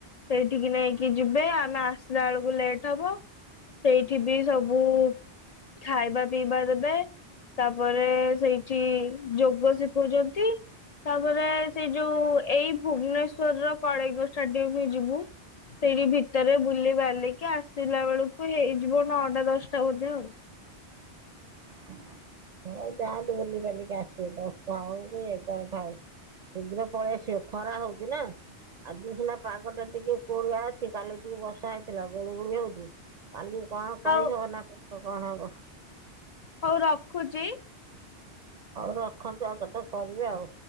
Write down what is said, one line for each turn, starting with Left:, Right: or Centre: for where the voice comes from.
Left: ସେଇଠିକି ନେଇକି ଯିବେ, ଆମେ ଆସିଲା ଆଳକୁ ଲେଟ୍ ହବ। ସେଇଠି ବି ସବୁ ଖାଇବା ପିଇବା ଦେବେ। ତାପରେ, ସେଇଠି ଯୋଗ ଶିଖଉଛନ୍ତି। ତାପରେ ସେଇ ଯୋଉ ଏଇ ଭୁବନେଶ୍ୱର ର କଳିଙ୍ଗ ଷ୍ଟାଡିୟମ ହିଁ ଯିବୁ। ସେଇଠି ଭିତରେ ବୁଲି ବାଲିକି ଆସିଲା ବେଳକୁ ହେଇଯିବ, ନଅଟା ଦଶଟା ବୋଧେ ଆଉ।
Right: ହୁଁ। ହଉ ଯାଆନ୍ତୁ। ବୁଲି ବାଲିକି ଆସିବେ, ଦଶଟା ହଉ କି ଏଗାରଟା ହଉ। ଶୀଘ୍ର ପଳେଇ ଆସିବ। ଖରା ହଉଛି ନା। ଆଜି ସିନା ପାଗଟା ଟିକେ କୋହଲା ଅଛି, କାଲି ଟିକେ ବର୍ଷା ହେଇଥିଲା ଗୁଳୁ ଗୁଳି ହଉଛି। କାଲି କଣ କହିହବ
Left: ହଉ
Right: ନା କ-କଣ ହବ?
Left: ହଉ ରଖୁଚି।
Right: ହଉ ରଖନ୍ତୁ। ଆଉ କେତେ କରିବେ ଆଉ।